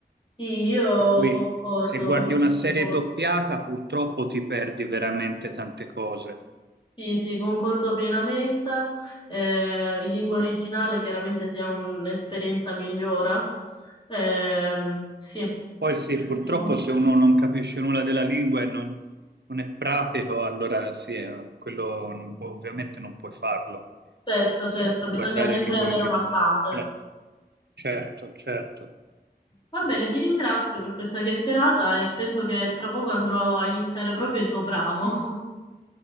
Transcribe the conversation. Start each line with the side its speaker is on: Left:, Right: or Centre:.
Left: Sì, io
Right: Per cui
Left: concordo
Right: se guardi
Left: con questa
Right: una serie
Left: cosa.
Right: doppiata, purtroppo ti perdi veramente tante cose.
Left: Sì, sì, concordo pienamente. Eh, in lingua originale chiaramente sia un'esperienza migliore. Ehm, sì,
Right: Poi sì,
Left: Penso-
Right: purtroppo se uno non capisce nulla della lingua e non, non è pratico, allora sì, eh, quello non può- ovviamente non puoi farlo,
Left: certo, certo,
Right: eh,
Left: bisogna
Right: guardare
Left: sempre
Right: in lingua
Left: avere
Right: originale.
Left: una base.
Right: Certo, certo, certo.
Left: Va bene, ti ringrazio per questa chiacchierata e penso che tra poco andrò a iniziare proprio Soprano. <laughs>